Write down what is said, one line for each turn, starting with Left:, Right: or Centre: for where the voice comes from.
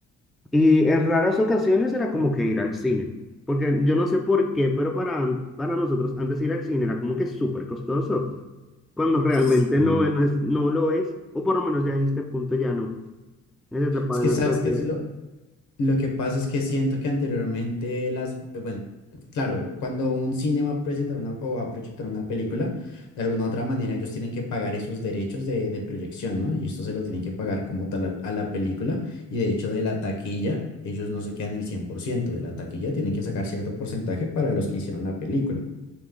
Centre: Y en raras ocasiones era como que ir al cine, porque yo no sé por qué, pero para, an- para nosotros antes ir al cine era como que súper costoso, cuando realmente
Left: Sí.
Centre: no, es- no es, no lo es, o por lo menos ya en este punto ya no, en esta etapa
Left: Es que
Centre: de nuestra
Left: sabes
Centre: vida.
Left: que es lo, Lo que pasa es que siento que anteriormente las, eh, bueno, claro, cuando un cine va a presentar una, o va a proyectar una película, de alguna u otra manera ellos tienen que pagar esos derechos de, de proyección, ¿no? Y esto se lo tienen que pagar como tal a, a la película. Y de hecho de la taquilla, ellos no se quedan el 100% de la taquilla, tienen que sacar cierto porcentaje para los que hicieron la película.